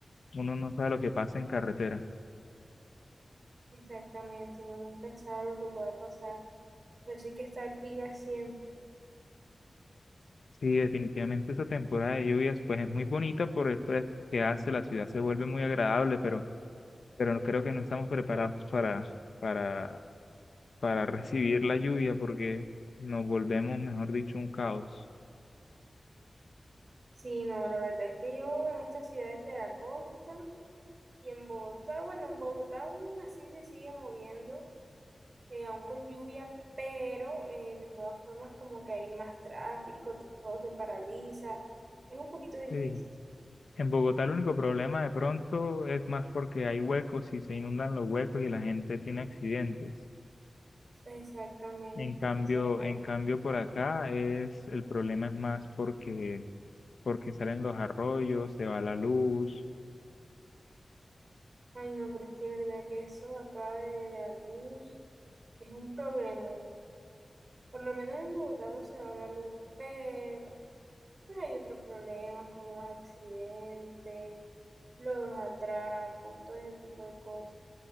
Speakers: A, on the left; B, on the right.
A: uno no sabe lo que pasa en carretera.
B: Exactamente, uno nunca sabe lo que pueda pasar. Pero sí que estar pila siempre.
A: Sí, definitivamente esta temporada de lluvias pues es muy bonita por el fresco que hace, la ciudad se vuelve muy agradable, pero, pero no- creo que no estamos preparados para, para, para recibir la lluvia porque nos volvemos, mejor dicho, un caos.
B: Sí, no, la verdad es que yo en estas ciudades de la costa y en Bogotá, bueno, en Bogotá aún así se sigue moviendo, eh, aún con lluvia, pero eh, de todas formas como que hay más tráfico, to- todo se paraliza, es un poquito difícil.
A: Sí. En Bogotá el único problema de pronto es más porque hay huecos y se inundan los huecos y la gente tiene accidentes.
B: Exactamente,
A: En cambio,
B: exactamente.
A: en cambio por acá es, el problema es más porque, porque salen los arroyos, se va la luz.
B: Ay, no, pero es que es verdad que eso acá de, de la luz es un problema. Por lo menos en Bogotá no se va la luz, pero... Pues hay otros problemas como los accidentes, los atracos, todo ese tipo de cosas.